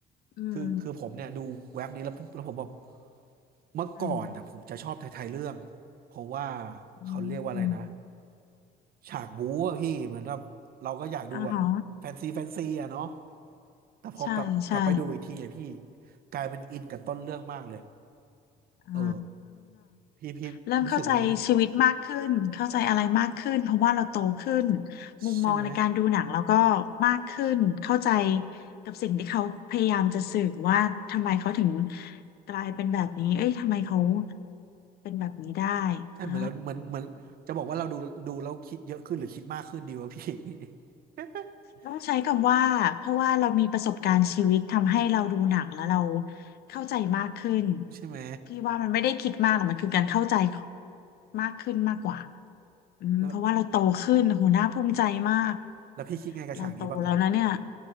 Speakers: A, on the left (about 70°); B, on the right (about 60°).
A: อืม
B: คือคือผมเนี่ยดูเว็บนี้แล้วปุ๊บแล้วผมแบบเมื่อก่อนนะผมจะชอบไทยๆเรื่อง
A: อืม
B: เพราะว่า
A: อืมอืม
B: เขาเรียกว่าอะไรนะฉากบู๊อะพี่เหมือนแบบเราก็อยากดูแบบแฟนซีแฟนซีอะเนาะ
A: อ๋อฮะ
B: แต่พอกลับกลับไปดูอีกทีอะพี่
A: ใช่ใช่
B: กลายเป็นอินกับต้นเรื่องมากเลย
A: อ๋อ
B: เออพี่พี่รู้สึกงั้นไหม
A: เริ่มเข้าใจชีวิตมากขึ้นเข้าใจอะไรมากขึ้นเพราะว่าเราโตขึ้นมุมมองในการดูหนังเราก็
B: ใช่ไหม
A: มากขึ้นเข้าใจกับสิ่งที่เขาพยายามจะสื่อว่าทำไมเขาถึงกลายเป็นแบบนี้เอ้ยทำไมเขาเป็นแบบนี้ได้
B: ใช่เหมือนเราเหมือนเหมือนจะบอกว่าเราดูดูแล้วคิดเยอะขึ้นหรือคิดมากขึ้นดีวะพี่
A: อ่า
B: <laughs>
A: ต้องใช้คำว่าเพราะว่าเรามีประสบการณ์ชีวิตทำให้เราดูหนังแล้วเราเข้าใจมากขึ้น
B: ใช่ไหม
A: พี่ว่ามันไม่ได้คิดมากหรอกมันคือการเข้าใจของมากขึ้นมากกว่าอืมเพราะว่าเราโตขึ้นโหน่าภูมิใจมาก
B: แล้วแล้วพี่คิดไงกับฉากนี้บ้างอะ
A: เราโตแล้วนะเนี่ย